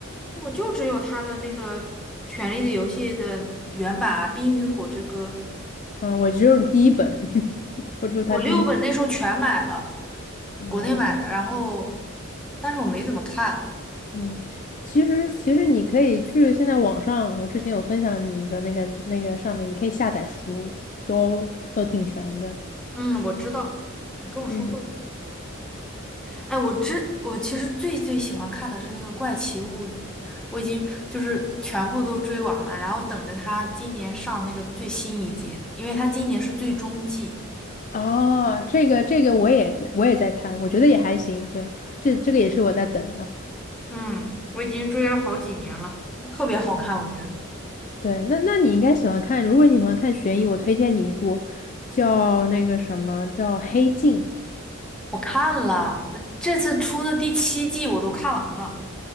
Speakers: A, in the centre; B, on the left.
A: 我就只有他的那个《权力的游戏》的原版啊《冰与火之歌》。
B: 啊，我只有第一本，<laughs> 我只有他第一本。
A: 我六本那时候全买了，
B: 啊，
A: 国内买的，然后，但是我没怎么看。
B: 嗯，其实其实你可以去现在网上，我之前有分享你一个那个那个上面，你可以下载书，都都挺全的。
A: 嗯，我知道，你跟我说过。
B: 嗯，
A: 哎，我知，我其实最最喜欢看的是那个《怪奇物语》，我已经就是全部都追完了，然后等着它今年上那个最新一季，因为它今年是最终季，
B: 哦，这个这个我也在我也在看，我觉得也还行。对，这这个也是我在等的。
A: 嗯，我已经追了好几年了。特别好看，我觉得。
B: 对，那那你应该喜欢看，如果你喜欢看悬疑，我推荐你一部叫那个什么叫《黑镜》，
A: 我看了，我这次出的第七季我都看完了。